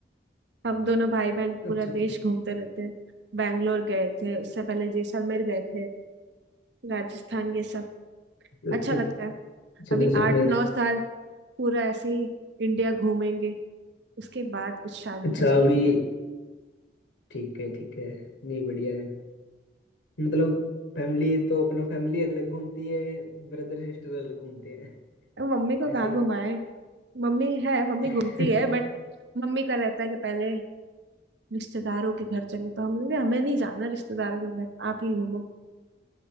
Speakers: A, on the right (about 80°); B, on the left (about 85°).
A: हम दोनों भाई बहन
B: अच्छा
A: पूरा
B: अच्छा
A: देश घूमते रहते हैं बैंगलोर गए थे उससे पहले जैसलमेर गए थे राजस्थान ये सब अच्छा
B: ओके
A: लगता है
B: अच्छा
A: अभी
B: जैसलमेर
A: आठ नौ साल पूरा ऐसे ही इंडिया घूमेंगे उसके बाद कुछ शादी
B: अच्छा
A: का सोचे
B: अभी ठीक है ठीक है नहीं बढ़िया है मतलब फैमिली तो अपना फैमिली अलग घूमती है ब्रदर सिस्टर अलग घूमते हैं
A: अब मम्मी को
B: ऐसे
A: कहाँ
B: ही
A: घुमाए मम्मी है मम्मी
B: <laughs>
A: घूमती है बट मम्मी का रहता है कि पहले रिश्तेदारों के घर चलो तो हमने कहा, हमें नहीं जाना रिश्तेदारों के घर आप ही घूमो